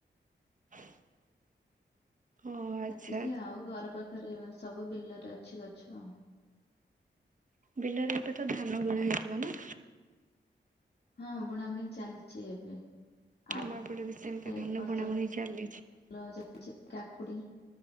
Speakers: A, on the right (about 40°); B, on the left (about 55°).
A: <inaudible> ଓ ଆଚ୍ଛା।
B: ଏତିକି ଆଉ ଘର ପାଖରେ ସବୁ ବିଲରେ ଅଛି ଗଛ ଆଉ।
A: ବିଲରେ ଏବେ ତ ଧାନ ବୁଣା ହେଇଥିବ ନା?
B: ହଁ ବୁଣାବୁଣି ଚାଲିଛି ଏବେ। ଆଉ
A: ଆମ ଏପଟେ ବି ସେମିତି
B: ଏ
A: ଧାନ
B: ଫସଲ
A: ବୁଣାବୁଣି ଚାଲିଛି।
B: <unintelligible> କାକୁଡି